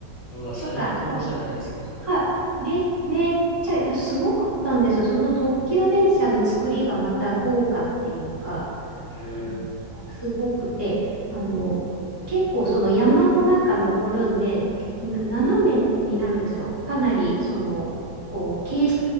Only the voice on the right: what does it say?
とか、あと、
はい、め、めっちゃ、いやすごかったんですよ。その特急電車の作りがまた豪華っていうか、
なんかすごくて、あの、結構その山の中登るんで、な斜めになるんですよ。かなり、その、こう、傾